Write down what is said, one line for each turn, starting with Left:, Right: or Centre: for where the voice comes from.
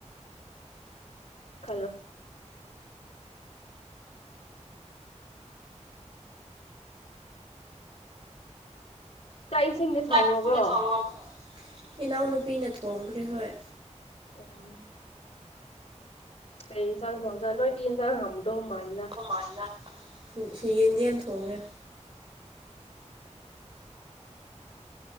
Left: ꯈꯜꯂꯣ ꯆꯥꯛ ꯏꯁꯤꯡꯗꯤ ꯊꯣꯡꯉꯕ꯭ꯔꯣ
Right: <unintelligible> ꯏꯅꯥꯎꯅꯨꯄꯤꯅ ꯊꯣꯡꯈ꯭ꯔꯦ ꯍꯣꯏ
Left: <unintelligible> ꯀꯩ ꯏꯟꯁꯥꯡ ꯊꯣꯡꯖꯥ ꯅꯣꯏꯗꯤ ꯏꯟꯖꯥꯡ ꯍꯥꯝꯗꯧ ꯃꯥꯂꯦ
Right: <unintelligible> ꯌꯦꯟꯗꯤꯌꯥꯝ ꯊꯣꯡꯉꯦ